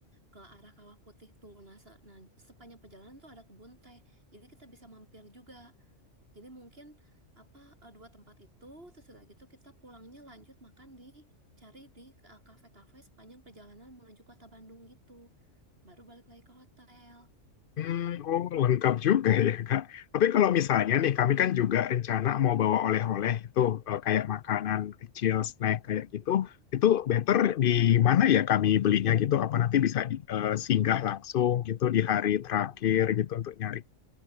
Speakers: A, on the right; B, on the left.
A: ke arah Kawah Putih tuh. Nah, se- nah, sepanjang perjalanan tuh ada kebun teh. Jadi kita bisa mampir juga. Jadi mungkin apa eh, dua tempat itu terus udah gitu kita pulangnya lanjut makan di cari di eh, kafe-kafe sepanjang perjalanan menuju kota Bandung gitu. Baru balik lagi ke hotel.
B: Hmm, oh, lengkap juga ya, Kak. Tapi kalau misalnya nih, kami kan juga rencana mau bawa oleh-oleh itu eh, kayak makanan kecil, snack kayak gitu. Itu better di mana ya kami belinya gitu? Apa nanti bisa di, eh, singgah langsung gitu di hari terakhir gitu untuk nyari?